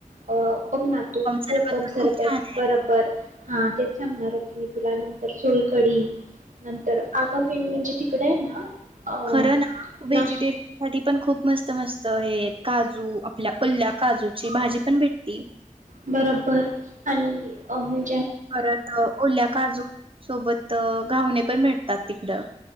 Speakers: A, on the right (about 70°); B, on the right (about 40°).
A: अ बघ ना तो कोकम
B: सरबत पण
A: सरबत
B: खूप छान आहे
A: बरोबर, हा तेच सांगणार होती मी तुला नंतर सोलकडी ह तर मेन म्हणजे तिकडे आहे ना, अ
B: खरं ना व्हेजिटेरियन
A: नाश्
B: साठी पण खूप मस्त मस्त हे काजू आपल्या पल्ल्या काजूची भाजी पण भेटते.
A: बरोबर आणि म्ह
B: परत ओल्या काजू सोबत घावणे पण भेटतात तिकडं,